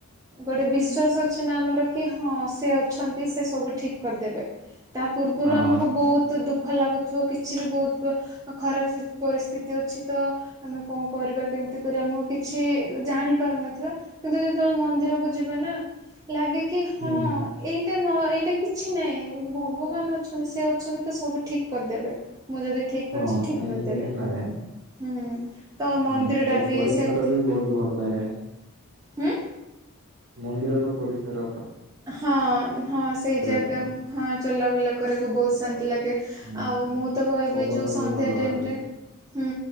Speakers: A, on the right; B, on the right.
A: ଗୋଟେ ବିଶ୍ଵାସ ଅଛି ନା ଆମର କି ହଁ ସେ ଅଛନ୍ତି, ସେ ସବୁ ଠିକ କରିଦେବେ, ତା ପୂର୍ବରୁ
B: ହଁ
A: ଆମକୁ ବହୁତ ଦୁଃଖ ଦୁଃଖ ଲାଗୁଥିବ, କିଛି ବି ବହୁତ ଖରାପ ପରିସ୍ଥିତି ଅଛି ତ, ଆମେ କଣ କରିବା କେମତି? ତେଣୁ କରି ଆମକୁ କିଛି ଜାଣି ପାରୁନଥିବା କିନ୍ତୁ ଯେତେବେଳେ ମନ୍ଦିରକୁ ଯିବ୍ ନା ଲାଗେ କି ହଁ,
B: ହୁଁ
A: ଏଇଟା ନ ଏଇଟା କିଛି ନାଇଁ ଭଗବାନ ଅଛନ୍ତି ସେ ଅଛନ୍ତି ତ ସବୁ ଠିକ୍ କରିଦେବେ। ମୁଁ ଯଦି ଠିକ
B: ହଁ
A: ଅଛି, ଠିକ
B: ସେମିତି
A: କରିଦେବେ,
B: ହିଁ ଲାଗେ
A: ହୁଁ। ତ ମନ୍ଦିରଟା
B: ହୁଁ ତ
A: ବି
B: ପରିସର
A: ସେମିତି,
B: ବି ବହୁତ ଭଲ ଲାଗେ
A: ହୁଁ
B: ମନ୍ଦିରର ପଡ଼ିଶାର
A: ହଁ, ହଁ, ସେଇ ଜାଗା
B: ପାଇଁ
A: ହଁ ଚଲାବୁଲା କରିବାକୁ ବହୁତ ଶାନ୍ତି ଲାଗେ ଆଉ
B: ହୁଁ
A: ଆଉ ମୁଁ ତ କହିବି
B: ପବନ
A: ଯୋଉ ସନ୍ଧ୍ୟା
B: ବି ଭଲ
A: ଟାଇମରେ,
B: ବାଜେ
A: ହୁଁ